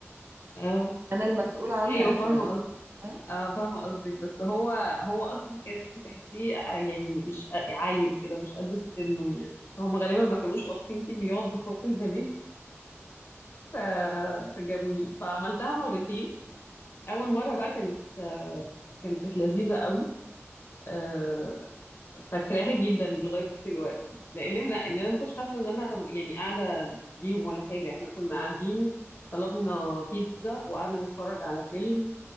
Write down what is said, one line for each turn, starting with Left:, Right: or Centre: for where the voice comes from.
Left: آه
Right: أنا المسؤولة عنك
Left: ايوه فاهمه
Right: يعني ها؟
Left: اه فاهمة قصدك بس هو هو أصلا كان تحسيه آه، يعني مش عيل كده مش قد سنه يعني هم غالبا ما كانوش واثقين فيه إنه يقعد بخوت البنات ف... فجابوني فعملتها مرتين أول مرة بقى كانت آه، كانت لذيذة قوي آه، فاكراها جدا لغاية دلوقتي لأن احنا إن أنا ما كنتش حاسة إن أنا يعني قاعدة بيهم ولا حاجة احنا كنا قاعدين طلبنا بيتزا وقعدنا نتفرج على فيلم